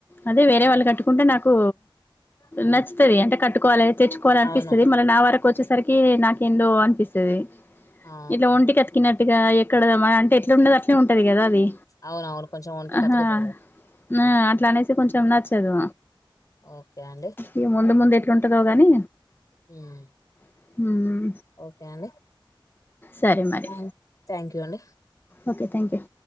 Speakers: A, on the left; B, on the left.
A: అదే వేరే వాళ్ళు కట్టుకుంటే నాకు
B: ఆ
A: నచ్చుతది అంటే కట్టుకోవాలి తెచ్చుకోవాలనిపిస్తుంది
B: అవును
A: మళ్ళీ నా వరకు వచ్చేసరికి నాకెందో అనిపిస్తాది
B: ఆ
A: ఇట్లా ఒంటికితికినట్టుగా ఎక్కడద అంటే ఎట్లా ఉండదు అట్లే ఉంటది కదా అది
B: అవునవును కొంచెం ఉంట
A: ఆహా
B: కతుకుతుదులే
A: ఆ అట్లానేసి కొంచెం నచ్చదు
B: ఓకే అండి
A: ఇగ ముందు ముందు ఎట్లుంటదో గాని
B: హ్మ్
A: హ్మ్
B: ఓకే అండి
A: సరే మరి
B: థ్యాం థ్యాంక్ యూ అండి
A: ఓకే థ్యాంక్ యూ